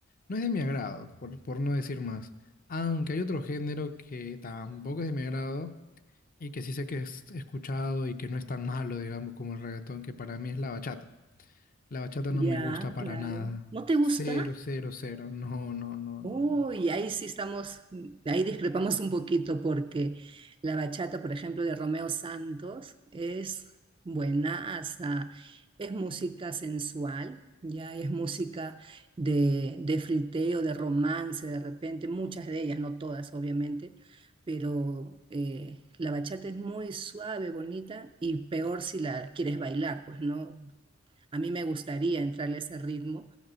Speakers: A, on the left (about 45°); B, on the right (about 25°).
A: no es de mi agrado, por, por no decir más. Aunque hay otro género que tampoco es de mi agrado y que sí sé que es escuchado y que no es tan malo, digamos, como el reggaetón, que para mí es la bachata. La bachata
B: Ya,
A: no me gusta para
B: claro.
A: nada.
B: ¿No te gusta?
A: Cero, cero, cero. No, no, no,
B: Uy,
A: no, no.
B: ahí sí estamos, ahí discrepamos un poquito porque la bachata, por ejemplo, de Romeo Santos es buenaza, es música sensual, ya es música de, de friteo, de romance, de repente, muchas de ellas, no todas, obviamente, pero eh, la bachata es muy suave, bonita y peor si la quieres bailar, pues no, a mí me gustaría entrarle a ese ritmo